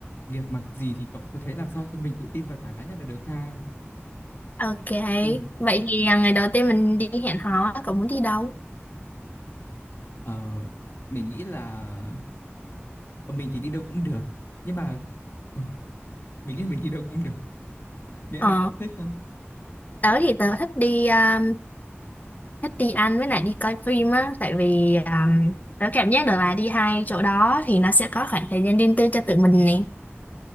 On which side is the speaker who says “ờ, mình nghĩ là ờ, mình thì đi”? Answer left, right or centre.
Left